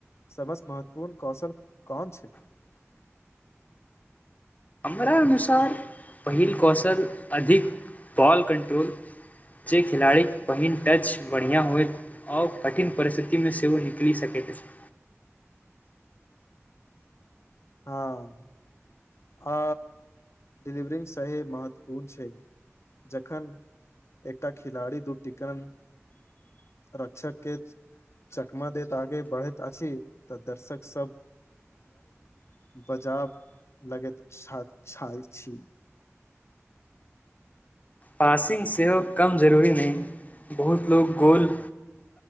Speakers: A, on the left (about 65°); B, on the left (about 30°).
A: सबस महत्वपूर्ण कौशल कौन
B: करा अनुसार पहिल कौशल अधिक बॉल कन्ट्रोल <unintelligible> जे खेलाड़ीके पहिन टच बढ़िआँ होए ओ कठिन परिस्थिति मे सेहो निकलि सकैत अछि
A: हँ आ डिलीवरी सहि महत्वपूर्ण छै जखन एकटा खिलाड़ी दू ती करण रक्षक के चकमा देैत आगे बढ़ैत अछि तऽ दर्शक सब बजाब लगैत छ छी
B: पासिंग सेहो कम जरूरी नहि बहुत लोग गोल